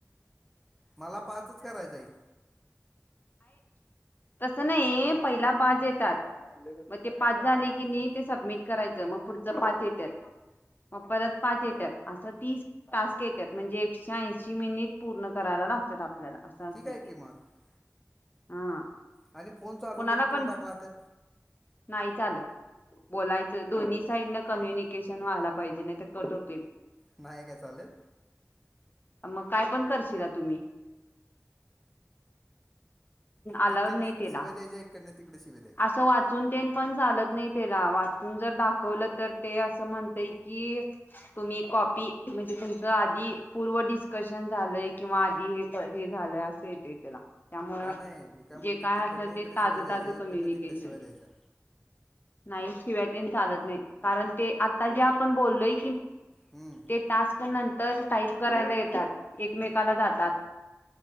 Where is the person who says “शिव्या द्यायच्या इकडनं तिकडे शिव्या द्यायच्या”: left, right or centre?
Centre